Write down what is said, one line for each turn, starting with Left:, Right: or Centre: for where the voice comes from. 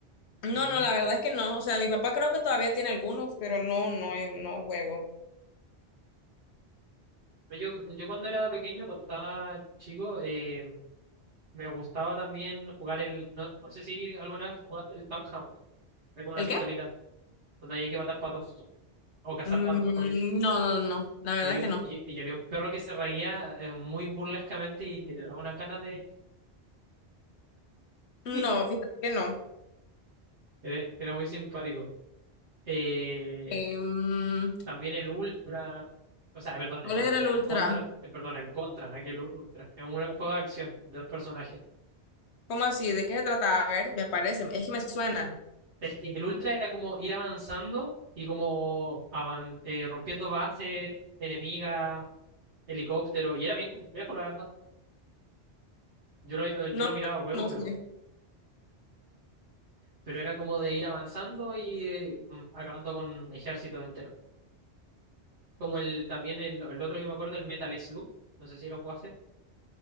Left: No,
Right: Mm.
Left: no, la verdad es que no. O sea, mi papá creo que todavía tiene algunos, pero no, no, no juego.
Right: Yo, yo cuando era pequeño, cuando estaba chico, eh, me gustaba también jugar el, no, no sé si alguna vez jugaste el Tom Ham. con una
Left: ¿El
Right: pistolita,
Left: qué?
Right: donde había que matar patos, o cazar
Left: Mm,
Right: patos, mejor dicho.
Left: no, no, no, la verdad
Right: Y había,
Left: es que no.
Right: y- y había un perro que se reía eh, muy burlescamente y que te daba unas ganas de...
Left: No,
Right: <laughs>
Left: fíjate que no.
Right: Era, era muy simpático. Eh,
Left: Em,
Right: también el Ultra, o sea, perdón,
Left: ¿cuál
Right: el Ultra,
Left: era el ultra?
Right: el Contra, eh, perdón, el Contra, en aquel Ultra. Es un, era un juego de acción de dos personajes.
Left: ¿Cómo así? ¿De qué se trataba? A ver, me parece, es que me suena.
Right: Es que el Ultra era como ir avanzando y como avan- eh, rompiendo bases, enemiga, helicóptero, y era bien complejo, la verdad. Yo lo, eh,
Left: No,
Right: yo lo miraba a huevo,
Left: no
Right: pero
Left: sé.
Right: pero era como de ir avanzando y eh, mm, acabando con ejércitos enteros. Como el también el, el otro que me acuerdo, el Metal Slug, no sé si lo jugaste.